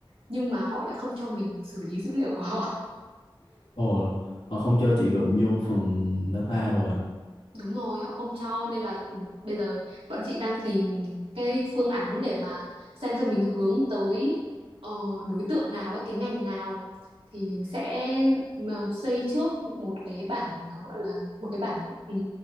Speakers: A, on the right; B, on the left.
A: nhưng mà họ lại không cho mình xử lý dữ liệu của họ
B: ồ họ không cho chị đụng vô phần data đâu à
A: Đúng rồi, họ không cho nên là ừ, bây giờ bọn chị đang tìm cái phương án để mà xem xem mình hướng tới ờ, đối tượng nào ấy, cái ngành nào thì mình sẽ mà xây trước một cái bản ờ, gọi là một cái bản ừ,